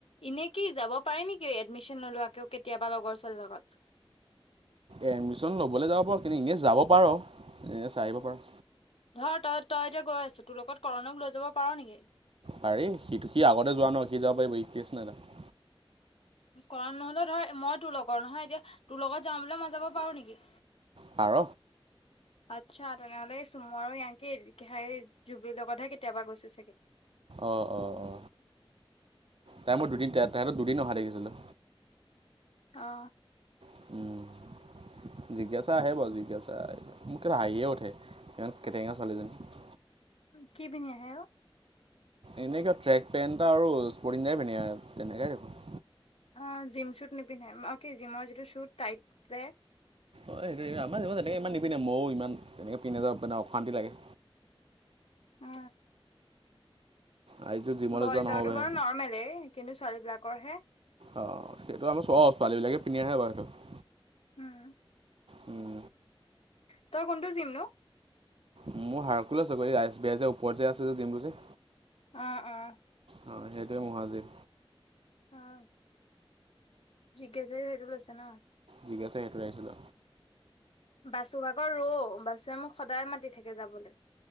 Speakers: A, on the left; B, on the right.
A: এনে কি যাব পাৰে নেকি এডমিশ্যন নলোৱাকৈও কেতিয়াবা লগৰ ছোৱালীৰ লগত
B: এডমিশন ল'বলৈ যাব পাৰো কিন্তু ইনে যাব পাৰো এ চাই আহিব পাৰ
A: ধৰ তই তই এতিয়া গৈ আছো তোৰ লগত কৰণক লৈ যাব পাৰ নেকি
B: পাৰি সিটো কি আগতে যোৱা ন কি যাব পাৰিব ই কেছ নাই দাদা
A: কৰা নহলেও ধৰ মই তোৰ লগৰ নহয় এতিয়া তোৰ লগত যাওঁ বুলি মই যাব পাৰো নেকি
B: পাৰ
A: আচ্ছা তেনেহ'লে চুম আৰু ইকে জুবিৰ লগতহে কেতিয়াবা গৈছে চাগে
B: অঁ অঁ অ টাইমত দুদিন টাইমত দুদিন অহা দেখিছিলোঁ
A: অ
B: উম জিজ্ঞাসা আহে বাৰু জিজ্ঞাসা মোক হাঁহিয়ে উঠে ইমান কেটেঙা ছোৱালীজনী
A: কি পিন্ধি আহে অ
B: এনেকুৱা ট্ৰেক পেণ্ট আৰু স্পৰ্টিংটায়ে পিন্ধি আহে তেনেকে
A: অঁ জিম শ্বুট নিপিন্ধে অ'কে জিমৰ যিটো শ্বুট টাইটজে
B: অঁ সেইটো আমাৰ যাব যে তেনেক ইমান নিপিন্ধে ময়ো ইমান তেনেকে পিন্ধি নাযাও মানে অশাস্তি লাগে
A: উম
B: আজিতো জিমলৈ
A: বইজৰটো
B: যোৱা নহ'বহে।
A: বাৰু নৰ্মলেই কিন্তু ছোৱালীবিলাকৰহে
B: অ সেইটো আমি চৰ ছোৱালীবিলাকে পিন্ধি আহে বাৰু সেইটো
A: উম।
B: উম
A: তই কোনটো জিম নো
B: মোৰ হাৰকুল আছে বাৰ এই এছ বি আই যে ওপৰত যে আছে যে জিমটো যে
A: অ অ
B: অ সেইটোৱে মহাজিম
A: অ জিগ্ঞছে ভেৰি লছে ন
B: ঠিক আছে সেইটোৱ আহিছিলো
A: বাচু ভাগৰ ৰৌ বাচুৱে মোক সদায় মাতি থাকে যাবলৈ